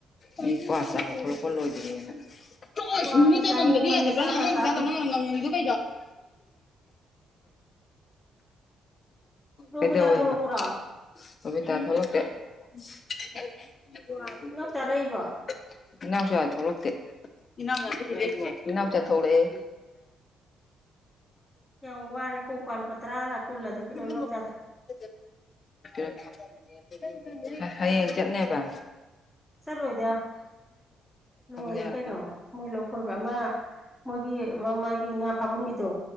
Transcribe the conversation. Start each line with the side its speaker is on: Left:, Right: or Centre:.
Left: ꯑꯩ ꯀ꯭ꯋꯥ ꯆꯥꯕ ꯊꫭꯛꯂꯛꯄ ꯂꯣꯏꯗ꯭ꯔꯤꯑꯅ ꯆꫭꯛꯍꯦ
Centre: ꯋꯥꯗꯤ
Left: ꯁꯨꯅꯤ ꯅꯪꯅꯉꯝꯗꯔꯗꯤ
Centre: ꯆꯥꯅꯤꯡꯕꯅꯦ
Left: ꯌꯥꯗꯕ꯭ꯔꯥ
Centre: ꯆꯥꯛꯀ
Left: ꯅꯪ ꯑꯉꯥꯡ
Centre: ꯆꯥꯗꯦ
Left: ꯃꯆꯥꯗꯧꯅ ꯉꯪꯉꯤꯗꯨ <inaudible>
Centre: ꯔꯣꯕꯤꯇꯥ
Left: ꯀꯩꯗꯧꯋꯦꯕ
Centre: ꯊꯣꯛꯂꯛꯄ꯭ꯔꯣ
Left: ꯕꯕꯤꯇ ꯊꫭꯛꯂꯛꯇꯦ <inaudible>
Centre: ꯏꯅꯥꯎꯆꯥ ꯂꯩꯔꯤꯕꯣ
Left: ꯏꯅꯥꯎꯆꯥ ꯊꯣꯛꯂꯛꯇꯦ <inaudible> ꯏꯅꯥꯎ ꯏꯅꯥꯎꯆꯥ ꯊꯣꯛꯂꯛꯑꯦ
Centre: ꯌꯥꯝ ꯋꯥꯔꯦ ꯀꯣꯡ ꯀꯥꯜ ꯄꯇ꯭ꯔꯥꯔ ꯀꯨꯜ ꯑꯗꯨ ꯄꯤꯔꯛꯑꯣ ꯏꯅꯥꯎꯆꯥꯗ
Left: <inaudible> <inaudible> <inaudible> ꯍꯌꯦꯡ ꯆꯠꯅꯦꯕ
Centre: ꯆꯠꯂꯣꯏꯗ ꯂꯣꯏꯔꯦ
Left: ꯌꯥ
Centre: ꯀꯩꯅꯣ
Left: <inaudible>
Centre: ꯃꯣꯏ ꯂꯧꯈꯣꯏꯕ ꯑꯃ ꯃꯣꯏꯒꯤ ꯃꯃꯥꯒꯤ ꯉꯥ ꯐꯥꯐꯝꯒꯤꯗꯣ